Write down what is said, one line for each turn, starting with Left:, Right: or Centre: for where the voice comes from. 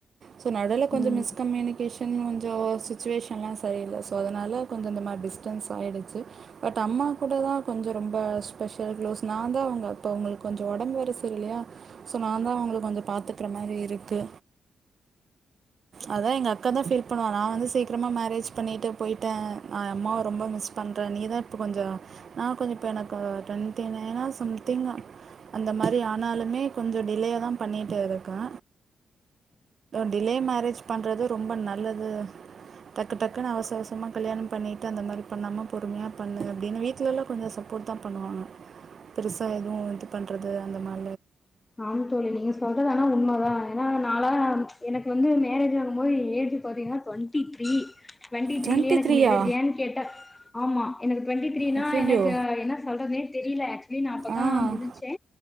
Right: சொ நா கொஞ்ச
Left: ம்
Right: மிஸ் கம்யூனிகேஷன் ம் ஜோஸ் சுச்சுவேஷனெல்லா சரியில்ல்ல சோ னால கொஞ்ச இந்த மாரி டிஸ்டன்ஸ் ஆயிடுச்சு பட் அம்மா கூட தா கொஞ்சோ ரொம்ப ஸ்பெஷல் க்ளோஸ் நா தா அவங்க அப்ப அவங்களுக்கு கொஞ்சோ ஒடம்பு வேற சரியில்லையா சோ நா தா அவங்களுக்கு கொஞ்சோ பாத்துக்கற மாரி இருக்கு அதா எங்க அக்கா தா ஃபீல் பண்ணுவா நா வந்து சீக்கிரமா மேரேஜ் பண்ணிட்டு போயிட்டே நா அம்மாவை ரொம்ப மிஸ் பண்றே நீ தா இப்போ கொஞ்சோ நா கொஞ்சோ இப்போ எனக்கு டுவெண்ட்டிநைனே சம்திங் அந்த மாரி ஆனாலுமே கொஞ்சோ டிலேய தா பண்ணிகிட்டே தா இருக்கே டிலே மேரேஜ் பண்ணுறது ரொம்ப நல்லது டக்கு டக்குன்னு அவசவசமாக கல்யாண பண்ணிவிட்டு அந்த மாரி பண்ணாமல் பொறுமையா பண்ணு அப்டின்னு வீட்டுல வீட்டிலலா கொஞ்சோ சப்போர்ட் தா பண்ணுவாங்க பெருசாக எதுவும் இது பண்ணுறது அந்த மாதிரி
Left: ஆன் தோழி நீங்க சொல்றது ஆனா உண்மைதான் ஏன்னா நாள எனக்கு வந்து மேரேஜ் ஆகும் போது ஏஜ் பாத்தீங்கன்னா டுவெண்ட்டி த்ரீ டுவெண்டி த்ரீலயே
Right: டுவெண்ட்டி
Left: எனக்கு
Right: த்ரீயா
Left: மேரஜேன்னனு கேட்டன் ஆமா எனக்கு ட்வெண்ட்டி த்ரீனா
Right: அய்யய்யோ
Left: எனக்கு என்ன சொல்றதுனே தெரியல ஆக்சுவலி நா அப்பதான்
Right: ஆ
Left: முறிச்சே